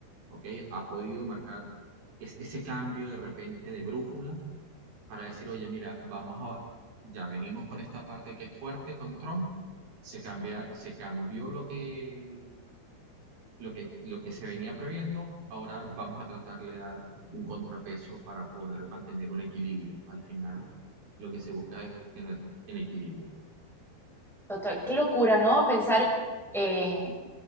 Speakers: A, on the right (about 60°); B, in the centre.
A: ¿ok? Ha podido marcar es- ese cambio de repente de brújula para decir, oye, mira, vamos a, ya venimos con esta parte que es fuerte con Trump. Se cambia, se cambió lo que lo que, lo que se venía previendo, ahora vamos a tratar de dar un contrapeso para poder mantener un equilibrio. Al final, lo que se busca es tener en equilibrio.
B: Total, qué locura, ¿no? Pensar, eh,